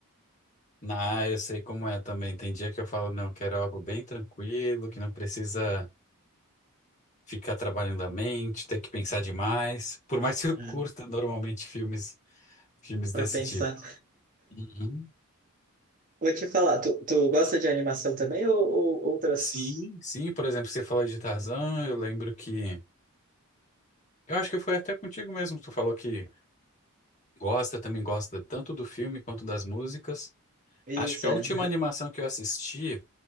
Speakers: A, on the left (about 30°); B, on the right (about 35°).
A: Ah, eu sei como é também. Tem dia que eu falo, não, quero algo bem tranquilo, que não precisa ficar trabalhando a mente, ter que pensar demais. Por mais que eu
B: né,
A: curta normalmente filmes, filmes
B: para
A: desse
B: pensar.
A: tipo. Uhum.
B: Vou te falar, tu, tu gosta de animação também ou, ou outras?
A: Sim, sim, por exemplo, você falou de Tarzan, eu lembro que. Eu acho que foi até contigo mesmo, que tu falou que gosta, também gosta tanto do filme quanto das músicas.
B: Isso,
A: Acho que a
B: é.
A: última animação que eu assisti,